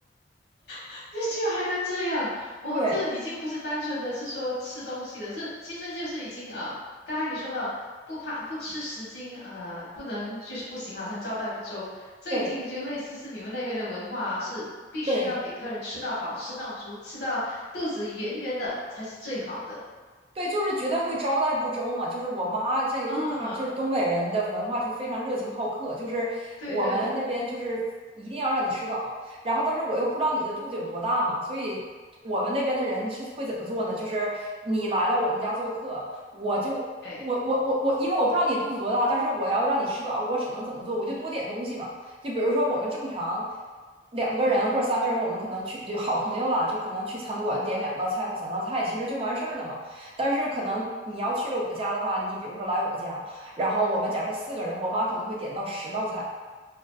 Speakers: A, on the left; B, on the right.
A: <laughs> 这居然还能这样！
B: <laughs>
A: 我这已经不是单纯的是说吃东西了，
B: 对
A: 是其实就是已经啊、呃刚才你说到不怕不吃十斤啊、呃不能就是不行，好像招待不周，这已经就类似是你们那边的文化啊是必须要给客人吃到饱、
B: 对对，
A: 吃到足、吃到肚子圆圆的才是最好的。
B: 对，就是觉得会招待不周嘛。就是我妈，像尤其她就是东北人的文化，
A: 啊，
B: 就非常热情好客。就是我们那边就是一定要让你吃饱，
A: 对对，
B: 然后但是我又不知道你的肚子有多大嘛，所以我们那边的人是会怎么做呢？就是你来了我们家做客，我就我我我我，
A: 哎，
B: 因为我不知道你肚子多大，但是我要让你吃饱，我只能怎么做？我就多点东西嘛。就比如说我们正常。两个人或者三个人，
A: 嗯哼，
B: 我们可能去就好朋友了，就可能去餐馆点两道菜或三道菜，其实就完事儿了嘛。但是可能你要去了我家的话，你比如说来我家，然后我们假设四个人，我妈可能会点到十道菜，